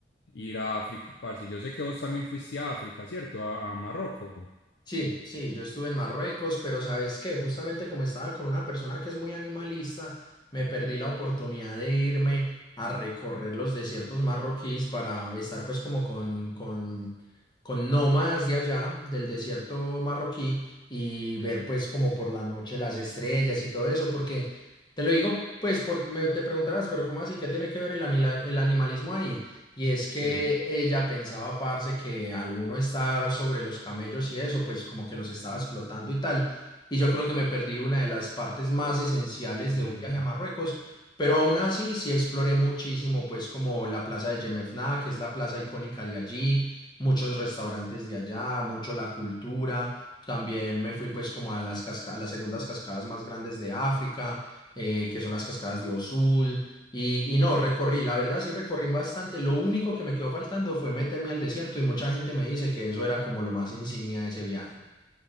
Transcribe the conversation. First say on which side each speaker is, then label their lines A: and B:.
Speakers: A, on the left (about 80°); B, on the left (about 25°).
A: ir a África, parce. Yo sé que vos también fuiste a África, ¿cierto? A, a Marruecos.
B: Sí, sí, yo estuve en Marruecos, pero sabes que justamente como estaba con una persona que es muy animalista, me perdí la oportunidad de irme a recorrer los desiertos marroquíes para estar pues como con, con, con nómadas de allá, del desierto marroquí, y ver pues como por la noche las estrellas y todo eso, porque te lo digo pues porque me, te preguntarás, pero ¿cómo así? ¿Qué tiene que ver el, anila- el animalismo ahí? Y es que
A: Sí.
B: ella pensaba, parce, que al uno estar sobre los camellos y eso, pues como que los estaba explotando y tal. Y yo creo que me perdí una de las partes más esenciales
A: Mm,
B: de un viaje a Marruecos, pero aún así sí exploré muchísimo, pues como la plaza de Yemefna, que es la plaza icónica de allí, muchos restaurantes de allá, mucho la cultura. También me fui pues como a las, casca- a las segundas cascadas más grandes de África, eh, que son las cascadas de Osul. Y, y no, recorrí, la verdad sí recorrí bastante. Lo único que me quedó faltando fue meterme al desierto y mucha gente me dice que eso era como lo más insignia de ese viaje.